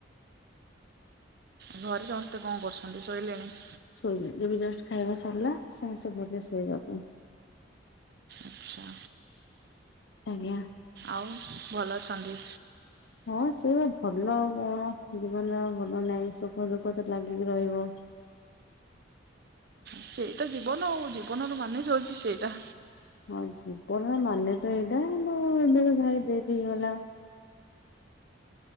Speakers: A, on the right; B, on the left.
A: ହୁଁ ଘରେ ସମସ୍ତେ କଣ କରୁଚନ୍ତି ଶୋଇଲେଣି।
B: ଶୋଇନାହା ଏବେ ଜଷ୍ଟ ଖାଇବା ସରିଲା ସମସ୍ତେ ଗଲେ ଶୋଇବାକୁ।
A: ଆଚ୍ଛା।
B: ଆଜ୍ଞା।
A: ଆଉ ଭଲ ଅଛନ୍ତି?
B: ହଁ ସେଇ ବା ଭଲ ଆଉ କଣ ଜୀବନରେ ଆଉ ଭଲ ନାହିଁ ସୁଖ ଦୁଃଖ ତ ଲାଗିକି ରହିବ।
A: ସେଇତ ଜୀବନ ଆଉ ଜୀବନର ମାନେ ସୋଉଚି ସେଇଟା।
B: ହଁ ଜୀବନର ମାନେ ତ ଏଇଟା ମୋ ଦି ଭାଇ ଦେଥ୍ ହେଇଗଲା।